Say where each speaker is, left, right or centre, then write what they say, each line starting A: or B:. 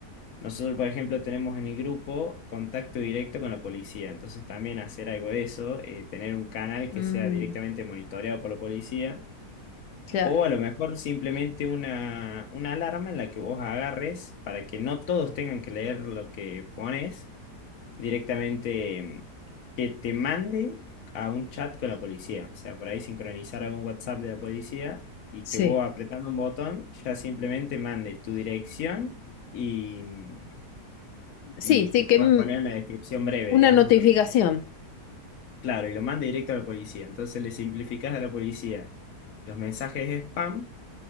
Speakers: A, on the left (about 60°); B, on the left (about 80°).
A: Nosotros, por ejemplo, tenemos en el grupo contacto directo con la policía, entonces también hacer algo de eso, eh, tener un canal
B: mm,
A: que sea directamente monitoreado por la policía.
B: claro,
A: O a lo mejor simplemente una, una alarma en la que vos agarres para que no todos tengan que leer lo que pones, directamente que te mande a un chat con la policía. O sea, por ahí sincronizar algún WhatsApp de la policía y
B: sí,
A: que vos apretando un botón ya simplemente mande tu dirección y, mm,
B: sí,
A: y
B: sí,
A: que puedas
B: que mm,
A: poner una descripción breve,
B: una
A: digamos,
B: notificación,
A: de lo que pasó. Claro, y lo mande directo a la policía. Entonces le simplificás a la policía los mensajes spam